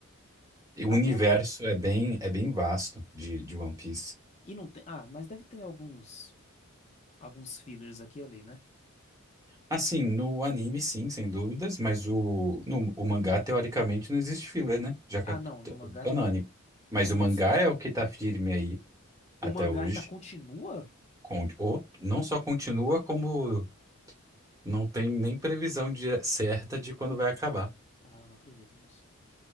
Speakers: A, on the right; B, on the left.
A: E O
B: Até
A: universo
B: o.
A: é bem, é bem vasto de, de One Piece.
B: E não tem. Ah, mas deve ter alguns. Alguns fillers aqui e ali, né?
A: Assim, no anime, sim, sem dúvidas, mas o, no, o mangá, teoricamente, não existe filler, né? Já
B: Ah,
A: que é tu-
B: não,
A: tu-
B: no mangá
A: canônico.
B: não.
A: Mas
B: Mas
A: o mangá é o que tá firme aí até
B: o mangá
A: hoje.
B: ainda continua?
A: Com, ou não só continua, como não tem nem previsão de- certa de quando vai acabar.
B: Ah, eu não acredito nisso.